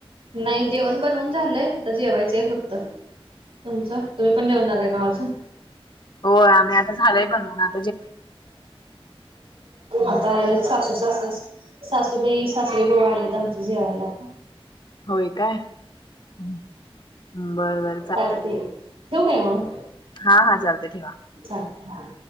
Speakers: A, on the right (about 75°); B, on the left (about 50°).
A: नाही जेवण बनवून झालंय आता जेवायचीये फक्त तुमचं तुम्ही पण जेवणार आहे नव अजून
B: हो आम्ही आता झालंय बनवनार हम्म.
A: आता आलेत सासू सासू सासूबाई सासर आले आमचे जेवायला आता
B: होय काय बरं बर
A: चालतय ठेवू काय मग
B: हा हा चालतय ठेवा
A: चालतय हा हा